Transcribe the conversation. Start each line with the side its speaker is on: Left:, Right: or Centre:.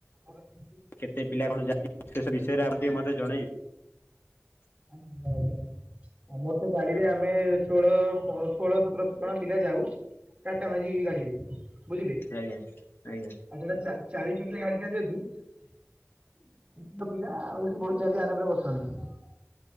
Right: ମଟ ସେତି <unintelligible>
Left: କେତେ ପିଲା କଣ ଯା <unintelligible> ସେ ବିଷୟରେ ଆମ ଟିକେ ମତେ ଜଣେଇ
Right: ଆଜ ହ ହଉ <unintelligible> ଆମର ତ ଗାଡିରେ ଆମେ ଷୋହଳ ଷୋହଳ ସତର ଜଣ ପିଲା ଯାଉ। ଟାଟା ମ୍ୟାଜିକ ଗାଡ଼ିିରେ। ବୁଝିଲେ
Left: ଆଜ୍ଞା ଆଜ୍ଞା
Right: ଆଜୋଟା ଚାରି ଚକିଆ ଗାଡିଟା ଯେହେତୁ ସେଠ ପିଲା ଆଉ ସେଠି ବସିଚନ୍ତି ଆରାମ ରେ ବସିଚନ୍ତି।